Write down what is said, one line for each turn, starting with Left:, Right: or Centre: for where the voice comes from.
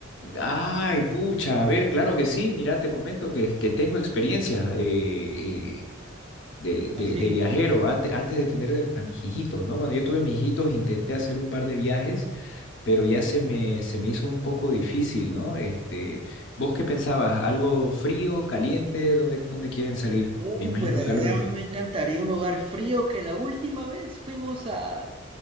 Left: Ay, pucha, a ver, claro que sí, mira, te comento que, que tengo experiencia eh, eh, de, de-
Right: Así.
Left: de viajero antes, antes de tener de- a mis hijitos, ¿no? Cuando yo tuve mis hijitos intenté hacer un par de viajes, pero ya se me, se me hizo un poco difícil, ¿no? Este, ¿vos qué pensabas? ¿Algo frío, caliente? ¿Dónde, dónde quieren salir?
Right: Uh,
Left: Me imagino
Right: pues la
Left: que
Right: verdad
Left: algo...
Right: a mí me encantaría un lugar frío que la última vez fuimos a,